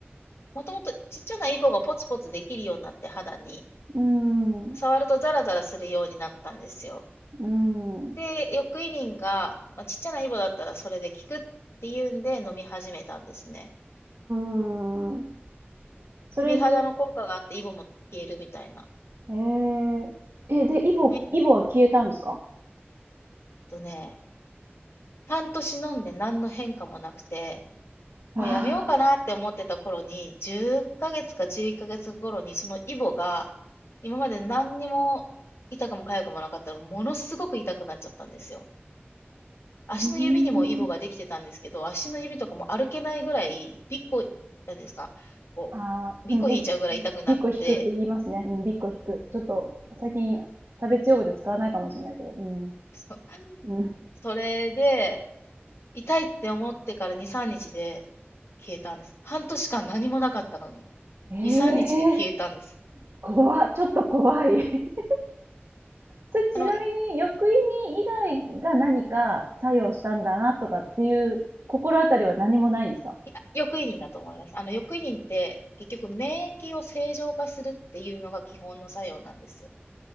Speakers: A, on the left; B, on the right.
A: もともとちっちゃなイボがポツポツできるようになって肌に、
B: うん、う
A: 触るとザラザラするようになったんですよ。
B: ん、う
A: で、翌イニンが、まあ、ちっちゃなイボだったらそれで効くっていうんで飲み始めたんですね。
B: ん。それで、
A: で、美肌の効果があってイボも消えるみたいな。
B: えー、え、で、イボ、
A: めえっ
B: イボは消えたんですか
A: とね、半年飲んで何の変化もなくて、もうやめようかなって思ってた頃に、
B: ああ
A: 10ヶ月か11ヶ月頃に、そのイボが、今まで何にも痛くも痒くもなかったのが、ものすごく痛くなっちゃったんですよ。足の指にもイボができてたんですけど、
B: ー、うーん。
A: 足の指とかも歩けないぐらい、びっこ、なんですか、こう、
B: ああ、うん、
A: びっこ引いちゃうぐらい痛くなって、
B: び、うんびっこ引くって言いますね。うん、びっこ引く。
A: うん、
B: ちょっと、最近、差別用語で使わないかもしれないけど。うん。
A: そう。
B: うん、
A: それで、痛いって思ってから2、3日で消えたんです。半年間何もなかったのに、
B: ええー、
A: 2、3日で消えたんです。
B: 怖っ、ちょっと怖い。<laughs> それちなみに、
A: あの、
B: 欲意に以外が何か作用したんだなとかっていう心当たりは何もないんですか
A: いや、欲移人だと思います。あの、欲移人って結局免疫を正常化するっていうのが基本の作用なんですよ。